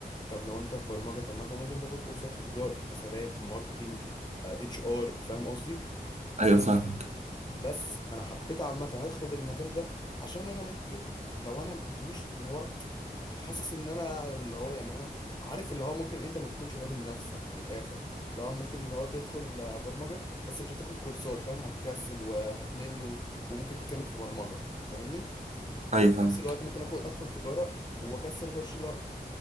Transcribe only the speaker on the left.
طب لو أنت في برمجة طب ما أنت ممكن تاخد كورسات في تجارة حسابات ماركتينج اتش ار فاهم قصدي
بس انا حبيت عامه ادخل المجال ده عشان انا ممكن لو انا مش اللي هو حاسس ان انا اللي هو يعني انا عارف اللي هو ممكن انت ما تكونش ده من نفسك من الاخر اللي هو ممكن اللي هو تدخل آه، برمجه بس مش هتاخد كورسات فاهم هتكسل وهتمل و... وممكن تكمل في برمجه فاهمني
وفي
نفس الوقت ممكن اخد ادخل تجاره واكسل اخش لا